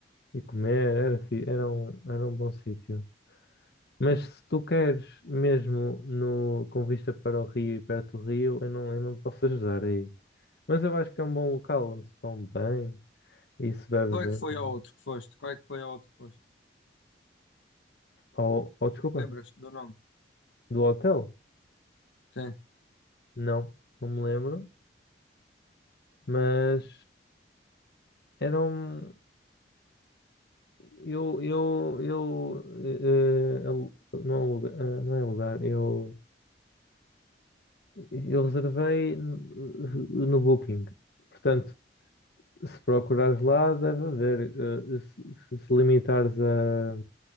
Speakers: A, on the left (about 55°); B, on the left (about 85°).
A: E comer, era, fi- era um, era um bom sítio. Mas se tu queres mesmo no, com vista para o rio e perto do rio, eu não, eu não te posso ajudar aí. Mas eu acho que é um bom local onde se come bem e se bebe
B: Qual
A: bem
B: é que foi
A: também.
B: ao outro que foste? Qual é que foi ao outro que foste?
A: Ou, ou desculpa,
B: Lembras do nome?
A: do hotel?
B: Sim.
A: Não, não me lembro. mas era um Eu, eu, eu eh, eh, alu- não, aluga, eh, não é alugar, eu, eu reservei no, no Booking. Portanto, se procurares lá, deve haver. eh, se, se limitares a,